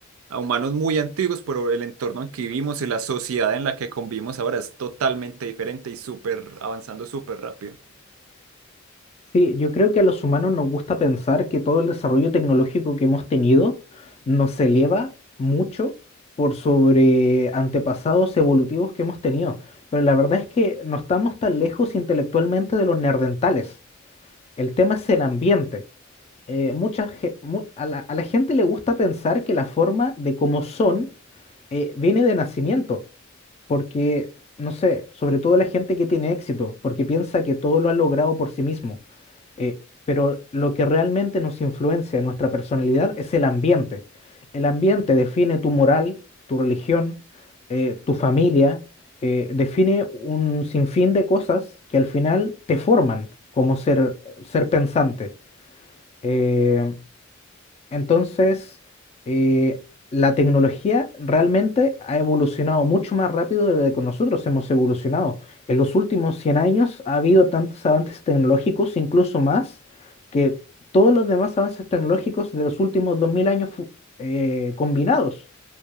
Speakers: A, on the right; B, on the left.
A: a humanos muy antiguos, pero el entorno en que vivimos y la sociedad en la que convivimos ahora es totalmente diferente y súper avanzando súper rápido.
B: Sí, yo creo que a los humanos nos gusta pensar que todo el desarrollo tecnológico que hemos tenido nos eleva mucho por sobre antepasados evolutivos que hemos tenido. Pero la verdad es que no estamos tan lejos intelectualmente de los neandertales. El tema es el ambiente eh, mucha, ge- mu- a la, a la gente le gusta pensar que la forma de cómo son eh, viene de nacimiento, porque, no sé, sobre todo la gente que tiene éxito, porque piensa que todo lo ha logrado por sí mismo. Eh, pero lo que realmente nos influencia en nuestra personalidad es el ambiente. El ambiente define tu moral, tu religión, eh, tu familia, eh, define un sinfín de cosas que al final te forman como ser, ser pensante. Eh, entonces, eh, la tecnología realmente ha evolucionado mucho más rápido de lo que nosotros hemos evolucionado. En los últimos 100 años ha habido tantos avances tecnológicos, incluso más, que todos los demás avances tecnológicos de los últimos 2000 años fu- eh, combinados.